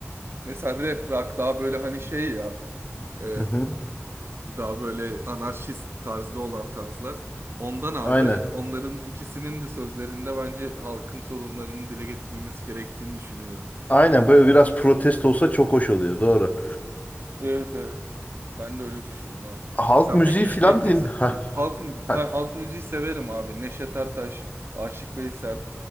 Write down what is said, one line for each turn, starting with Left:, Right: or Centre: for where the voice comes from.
Right: Mesela rap rock daha böyle hani şey ya Ee,
Left: Hı hı.
Right: daha böyle anarşist tarzda olan tarzlar. Ondan abi
Left: Aynen.
Right: onların ikisinin de sözlerinde bence halkın sorunlarının dile getirilmesi gerektiğini düşünüyorum.
Left: Aynen böyle biraz protest olsa çok hoş oluyor. Doğru.
Right: Evet evet. Ben de öyle düşünüyorum abi.
Left: Halk
Right: Sen
Left: müziği
Right: peki hiç
Left: filan
Right: tekno
Left: din. <laughs> Ha,
Right: halk mü-
Left: ha.
Right: ha, halk müziği severim abi. Neşet Ertaş, Aşık Veysel,